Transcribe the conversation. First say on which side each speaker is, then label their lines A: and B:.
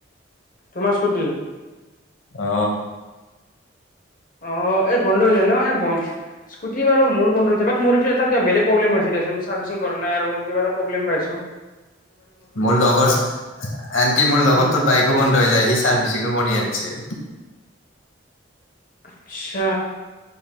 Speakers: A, on the left (about 45°); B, on the left (about 75°).
A: তোমাৰ স্কুটি
B: অ
A: অ', এই বন্ধ হৈ যায় ন', স্কুটি বাৰু মোৰ মোৰ এটো এটা বেলেগ প্ৰবলেম হৈছে দিয়াচোন চাৰ্ভিচিং কৰা নাই আৰু কিবা এটা প্ৰবলেম পাইছো।
B: মোৰ লগৰ আনকি মোৰ লগত
A: উম
B: তোৰ বাইকো বন্ধ হৈ যায় সি চাৰ্ভিচিংও কৰি আনিছে।
A: আচ্ছা